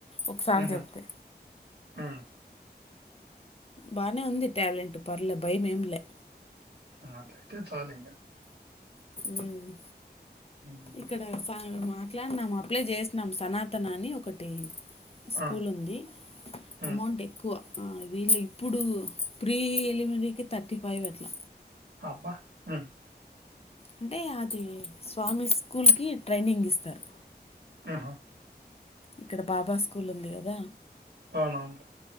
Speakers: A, on the left (about 35°); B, on the right (about 70°).
A: ఒకసారి
B: హుహు.
A: చెప్తే
B: హ్మ్.
A: బానే ఉంది టాలెంట్ పర్లే భయం ఏమిలే
B: ఉహ్ అట్లైతే చాలింగ
A: మ్
B: హ్మ్.
A: ఇక్కడ ఫ్యాన్ మా మాట్లాడినాం అప్లై చేసినాం సనాతనా అని ఒకటి స్కూల్
B: ఆ!
A: ఉంది
B: హ్మ్.
A: అమౌంట్ ఎక్కువ హా వీళ్ళు ఇప్పుడు ప్రీ ఎలిమరికీ థర్టీ ఫైవ్ అట్ల
B: అబ్బా! హ్మ్.
A: అంటే ఆది స్వామి స్కూల్కి ట్రైనింగ్ ఇస్తారు
B: యహా
A: ఇక్కడ బాబా స్కూల్ ఉంది గదా
B: అవునానులె